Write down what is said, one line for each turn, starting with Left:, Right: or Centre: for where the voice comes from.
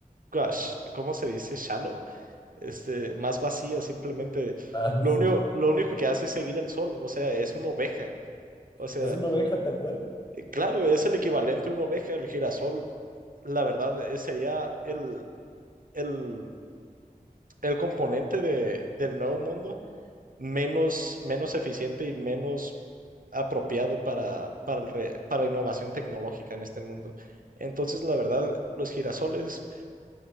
Right: gosh, ¿cómo se dice? Shallow, este, más vacía, simplemente.
Left: Ah,
Right: Lo
Left: sí.
Right: único, lo único que hace es seguir el sol, o sea, es una oveja. O sea,
Left: Es una oveja tal cual.
Right: eh, claro, es el equivalente a una oveja, el girasol. La verdad, eh, sería el, el, el componente de, del nuevo mundo menos, menos eficiente y menos apropiado para, para, el re- para innovación tecnológica en este mundo. Entonces, la verdad, los girasoles